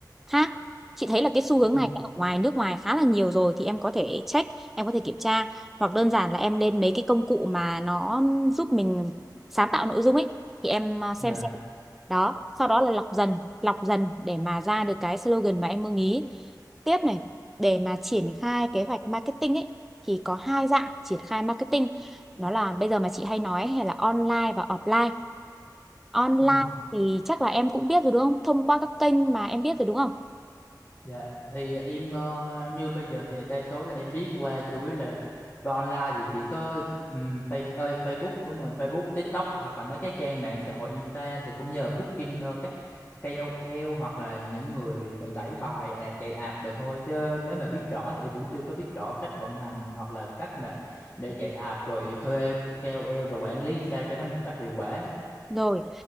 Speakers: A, in the centre; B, on the left (about 30°).
A: khác chị thấy là cái xu hướng
B: ừ
A: này ở ngoài nước ngoài khá là nhiều rồi thì em có thể check em có thể kiểm tra hoặc đơn giản là em lên mấy cái công cụ mà nó giúp mình sáng tạo nội dung ấy thì em à, xem
B: dạ
A: xem đó sau đó là lọc dần lọc dần để mà ra được cái slogan mà em mong ý tiếp này để mà triển khai kế hoạch marketing ấy thì có hai dạng triển khai marketing đó là bây giờ mà chị hay nói hay là online và offline online
B: ừ
A: thì chắc là em cũng biết rồi đúng không thông qua các kênh mà em biết rồi đúng không
B: Dạ, thì em ờ, như bây giờ thì đa số là em biết qua chủ yếu là về online thì chỉ có ừm, Face, ơi, Facebook đúng rồi, Facebook, TikTok hoặc là mấy cái trang mạng xã hội Insta thì cũng nhờ booking ờ, các KOL hoặc là những người mình đẩy bài ad chạy ad được thôi chứ nếu mà biết rõ thì em vẫn chưa có biết rõ cách vận hành hoặc là cách mà để chạy ad rồi thuê KOL rồi quản lý sao cho nó một cách hiệu quả.
A: Rồi,